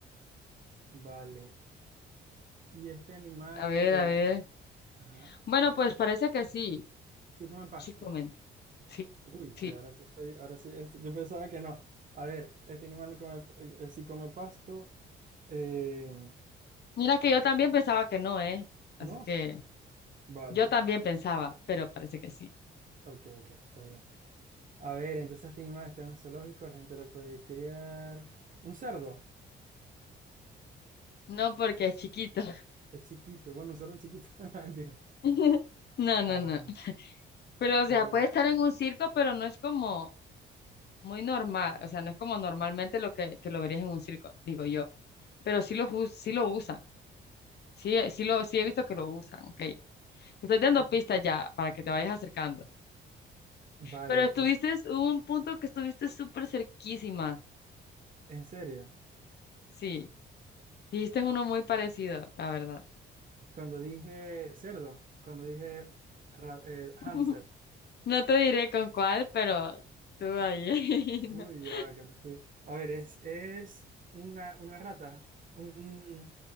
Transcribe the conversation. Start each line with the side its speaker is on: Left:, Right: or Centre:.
Right: Vale. ¿Y este animal,
Left: A ver, a ver.
Right: ajá,
Left: Bueno, pues parece que sí,
Right: sí come pasto?
Left: sí comen, sí,
Right: Uy,
Left: sí.
Right: que ahora sí estoy, ahora sí, es- yo pensaba que no. A ver, este animal come, eh, eh, sí come pasto. eh,
Left: Mira que yo también pensaba que no, ¿eh? Así
Right: no.
Left: que
Right: Vale.
Left: yo también pensaba, pero parece que sí.
Right: Ok, ok, está bien. A ver, entonces este animal está en un zoológico, la gente lo puede criar. Un cerdo.
Left: No porque es chiquito.
Right: Es chiquito. Bueno, un cerdo chiquito. <laughs> Mentira.
Left: <laughs> No, no,
Right: A
Left: no.
Right: ver.
Left: Pero, o sea,
Right: eh,
Left: puede estar en un circo, pero no es como, muy normal, o sea, no es como normalmente lo que, que lo verías en un circo, digo yo, pero sí lo, jus- sí lo usan, sí, eh, sí, lo, sí he visto que lo usan, ok. Te estoy dando
Right: Ok.
Left: pistas ya para que te vayas acercando,
Right: Vale,
Left: pero estuviste,
Right: le-
Left: hubo un punto que estuviste súper cerquísima,
Right: en serio.
Left: sí, dijiste uno muy parecido, la verdad.
Right: Cuando dije cerdo, cuando dije ra- eh, hámster.
Left: <laughs> No te diré con cuál, pero tú ahí.
Right: Uy,
Left: <laughs>
Right: ya va, que no sé. A ver, es, es una, una rata. Un,